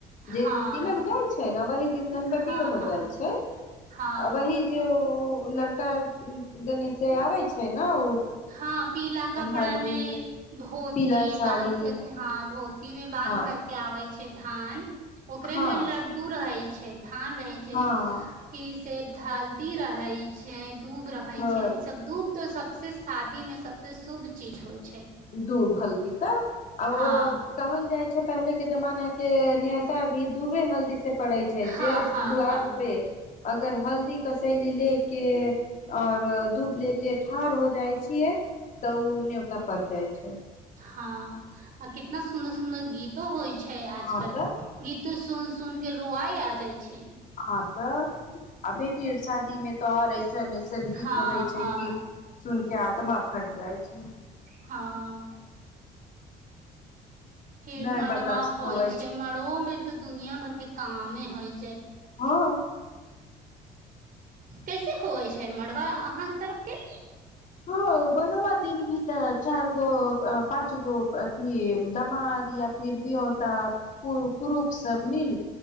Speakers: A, on the left; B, on the right.
A: जेहि
B: हँ
A: दिन तिलक जाइ छै ने वही दिन धनबट्टियो
B: हँ
A: हो
B: हँ
A: जाइ छै
B: हँ
A: आ वही जे ओ लड़का देने से आबे छै त ने
B: हँ पीला कपड़ा
A: हल्दी
B: में धोती
A: पीला साड़ी
B: बानध करके हँ धोती में बानध
A: हँ
B: करके आबै छै धान ओकरे
A: हँ
B: मे लड्डू रहै छै छठ धान रहै छै
A: हँ
B: फिर से हल्दी रहै छै दूध रहै
A: हँ
B: छै ई सब दूप तो सबसँ शादी मे सबसे शुभ चीज होइ छै
A: दूभ हल्दी तऽ आउ
B: हँ
A: हो तहन जाइ पहिले के जमाना के न्योता भी दुबे हल्दी से पड़ै छै
B: हँ
A: ज
B: हँ
A: दुवार
B: हँ
A: पे अगर हल्दी कसैली ले के और दूध ले के ठाढ़ हो जाइ छियै तऽ ओ न्योता परड़ जाय छय हीक
B: हँ आ क ना सुदर सुंदर गीतो होइ छै आजकल
A: हँ तऽ
B: गीतो सुन सुन के रुआ आय भ जाइ छै
A: ह तऽ आ बेटी शादी मे तो आर संगीत
B: हँ
A: होवे
B: हँ
A: छै कि सुन कि आत्म फट जाइ छै
B: हँ फिर
A: नहि
B: मड़बा
A: बर्दाश्त
B: होइ
A: होबै
B: छै मड़ब मे तऽ दुनिया भर के कामे होइ छै
A: हँ
B: कैसे होइ छै मड़वा अहाँ तरफ के
A: हँ बनब दन भी त चार गो पाँच चुनवो अथी दमाद या फिर भी तऽ प पुरुख सभ मिल